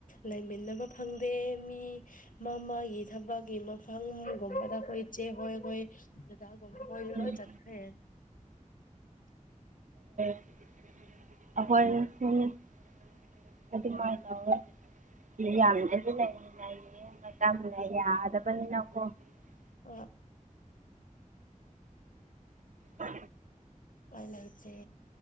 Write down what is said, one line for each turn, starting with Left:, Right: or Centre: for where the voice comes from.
Left: ꯂꯩꯃꯤꯟꯅꯕ ꯐꯪꯗꯦ ꯃꯤ ꯃꯥ ꯃꯥꯒꯤ ꯊꯕꯛꯀꯤ ꯃꯐꯝꯒꯨꯝꯕꯗ ꯑꯩꯈꯣꯏ ꯏꯆꯦ ꯍꯣꯏ ꯑꯩꯈꯣꯏ ꯗꯗꯥꯒꯨꯝꯕ ꯍꯣꯏ ꯂ
Right: ꯎꯝ
Left: ꯆꯠꯦ
Right: ꯑꯗꯤ ꯂꯩꯠꯇ ꯌꯥꯗꯕꯅꯤꯅꯣꯣ
Left: ꯎ
Right: ꯑ
Left: ꯄꯥꯏ ꯂꯩ ꯆꯦ